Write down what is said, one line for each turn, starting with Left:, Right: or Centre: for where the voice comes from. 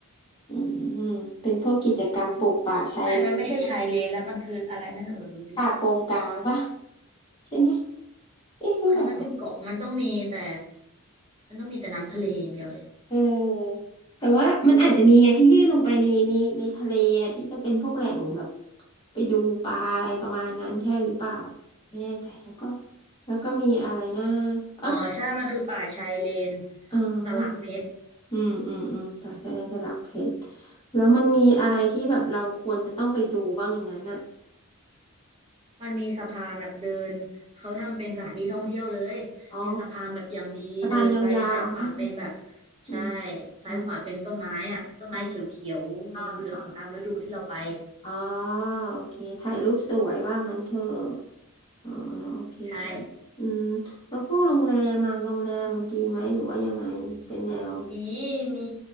Left: อืมเป็นพวกกิจกรรมปลูกป่าชายเลน
Right: ใช่มันไม่ใช่ชายเลนแล้วมันคืออะไรนะเดี๋ยวหนูดูดิ
Left: ป่ากงกลางป่ะใช่ไหมเอ๊ะหรือเปล่า
Right: เพราะอันนี้มันเป็นเกาะมันต้องมีแต่มันต้องมีแต่น้ำทะเลอย่างเดียวเลย
Left: เออแต่ว่ามันอาจจะมีไงที่ยื่นลงไปในในในทะเลอะที่จะเป็นพวกแหล่งแบบไปดูปลาอะไรประมาณนั้นใช่หรือเปล่าอะไม่แน่ใจแล้วก็แล้วก็มีอะไรนะเออ
Right: อ๋อใช่มันคือป่าชายเลน
Left: อ๋อ
Right: สลักเพชร
Left: อืมอืมอืมปลาแค่สลักเพชรแล้วมันมีอะไรที่แบบเราควรจะต้องไปดูบ้างในนั้นอ่ะ
Right: มันมีสะพานแบบเดินเขาทำเป็นสถานที่ท่องเที่ยวเลยเป็นสะพานแบบอย่างดีเดินไปซ้ายขวาเป็นแบบ
Left: อ๋อสะพานยาวๆอืม
Right: ใช่ซ้ายขวาเป็นต้นไม้อะต้นไม้เขียวๆเหลืองๆตามฤดูที่เราไป
Left: อืมอ่าอ่าอาอ๋อโอเคถ่ายรูปสวยว่างั้นเถอะ อ่าโอเค
Right: ใช่
Left: อืมแล้วพวกโรงแรมมาโรงแรมมันดีไหมหรือว่ายังไง เป็นแนว
Right: ดีมี